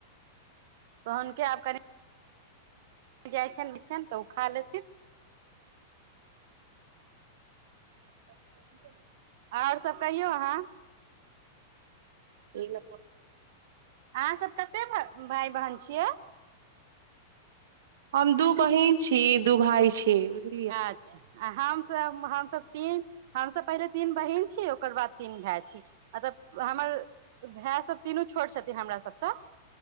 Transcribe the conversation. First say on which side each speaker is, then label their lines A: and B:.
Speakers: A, on the right; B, on the right.
A: तोन आ कनि जाइ छनि <unintelligible> तऽ ओ खा लेथिन
B: <inaudible>
A: आओर सब कहियौ अहाँ
B: एन <unintelligible>
A: अहाँ सब कते भ भाय बहन छियै
B: हम दू बहिन छी दू भाई छी बुझल
A: <unintelligible> आ हमसभ आब हमसभ तीन हमसभ पहिले तीन बहिन छी ओकर बाद तीन भाय छी म तब हमर भाय सब तीनू छोट छथिन हमरा सबसँ